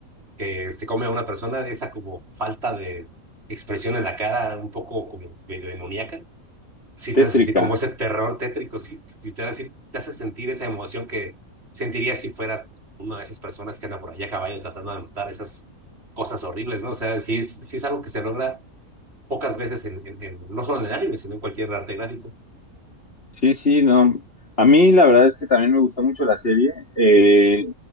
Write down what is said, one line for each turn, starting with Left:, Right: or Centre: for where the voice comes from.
Right: que se come a una persona, esa como falta de expresión en la cara, un poco como medio demoníaca sí
Left: tétrica.
Right: te hace sentir como ese terror tétrico, sí, sí te hace, sí te hace sentir esa emoción que sentirías si fueras una de esas personas que anda por allá a caballo tratando de matar esas cosas horribles, ¿no? O sea, sí es, sí es algo que se logra pocas veces en, en- en- no solo en el anime, sino en cualquier arte gráfico.
Left: Sí, sí, no. A mí la verdad es que también me gustó mucho la serie. Eh,